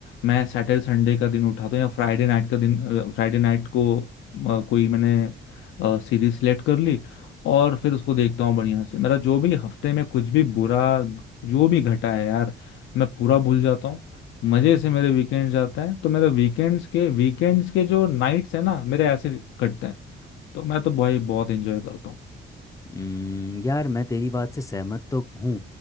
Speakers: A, on the left; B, on the left.
A: मैं सैटरडे संडे का दिन उठाता हूँ या फ्राइडे नाइट का दिन फ्राइडे नाइट को अ, कोई मैंने सीरीज सिलेक्ट कर ली और फिर उसको देखता हूँ बढ़िया से मेरा जो भी हफ्ते में कुछ भी बुरा जो भी घटा है यार मैं पूरा भूल जाता हूँ मजे से मेरे वीकेंड जाता है तो मेरे वीकेंड्स के वीकेंड्स के जो नाइट्स है ना मेरे ऐसे कटते हैं तो मैं तो भाई बहुत एंजॉय करता हूँ
B: हम्म, यार मैं तेरी बात से सहमत तो हूँ